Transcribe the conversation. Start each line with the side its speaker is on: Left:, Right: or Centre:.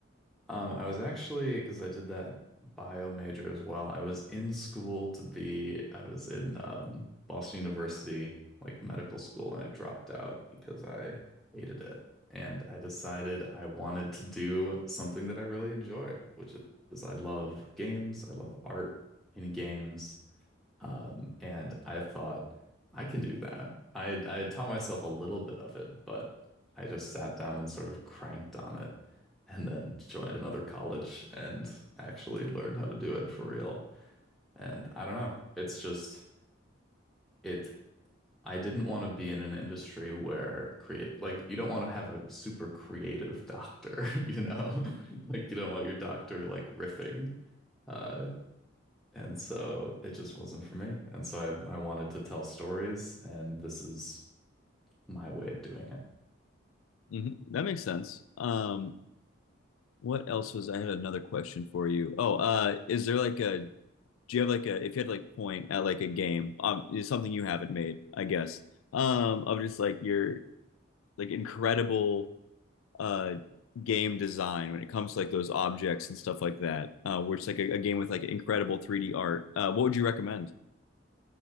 Centre: Um, I was actually, because I did that bio major as well, I was in school to be, I was in um, Boston University, like medical school, and I dropped out because I hated it. And I decided I wanted to do something that I really enjoyed, which is I love games, I love art in games. Um, and I thought, I can do that. I had- I had taught myself a little bit of it, but I just sat down and sort of cranked on it and then joined another college and actually learned how to do it for real. And I don't know. It's just it I didn't want to be in an industry where create like you don't want to have a super creative doctor, <laughs> you know? <laughs> Like you don't want your doctor like riffing. Uh, and so it just wasn't for me. And so I, I wanted to tell stories, and this is my way of doing it.
Left: hmm That makes sense. Um, what else was I had another question for you. Oh, uh, is there like a do you have like a if you had to like point at like a game, um, it's something you haven't made, I guess, um, of just like your like incredible uh game design when it comes to like those objects and stuff like that, uh, where it's like a, a game with like incredible 3D art. Uh, what would you recommend?